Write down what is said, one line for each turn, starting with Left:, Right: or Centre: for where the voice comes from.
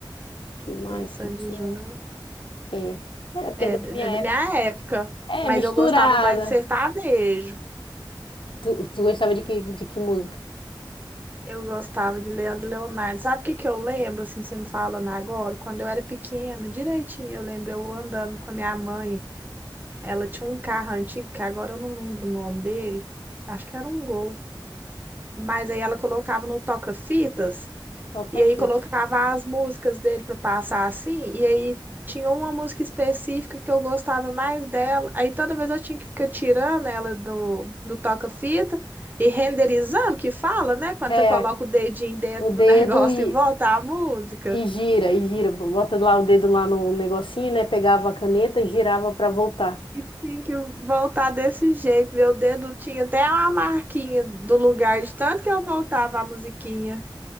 Left: que mais
Right: é, Sandy
Left: que tinha?
Right: Júnior
Left: É. Era porque
Right: é,
Left: era da
Right: d-
Left: minha
Right: é da
Left: época.
Right: minha época,
Left: É,
Right: mas
Left: misturada.
Right: eu gostava mais de sertanejo.
Left: Tu, tu gostava de que, de que música?
Right: Eu gostava de Leandro e Leonardo. Sabe o que que eu lembro, assim, você me falando agora? Quando eu era pequena, direitinho, eu lembro eu andando com a minha mãe. Ela tinha um carro antigo, que agora eu não lembro o nome dele. Acho que era um Gol. Mas aí ela colocava no toca-fitas
Left: Toca
Right: E
Left: a
Right: aí
Left: fita.
Right: colocava as músicas dele para passar assim, e aí tinha uma música específica que eu gostava mais dela. Aí toda vez eu tinha que ficar tirando ela do, do toca-fita e renderizando, que fala, né? Quando
Left: É,
Right: você coloca o dedinho dentro
Left: o dedo
Right: do <laughs> negócio
Left: e,
Right: e volta a música.
Left: e gira, e gira. Bota lá o dedo lá no negocinho, né? Pegava a caneta e girava pra voltar.
Right: E tinha que voltar desse jeito. Meu dedo tinha até uma marquinha do lugar de tanto que eu voltava a musiquinha.